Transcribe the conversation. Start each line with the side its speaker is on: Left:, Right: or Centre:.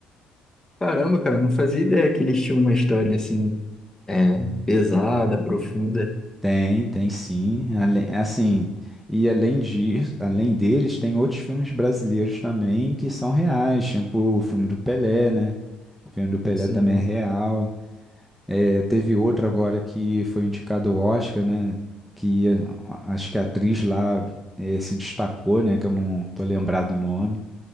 Left: Caramba, cara, não fazia ideia que eles tinham uma história assim, é, pesada, profunda.
Centre: Tem, tem sim. Ale- Assim, e além disso, além deles, tem outros filmes brasileiros também que são reais, tipo o filme do Pelé, né? O filme do Pelé
Left: Sim,
Centre: também é real. É, teve outro agora que foi indicado ao Oscar, né? Que eh, a- acho que a atriz lá eh, se destacou, né? Que eu não tô lembrado o nome,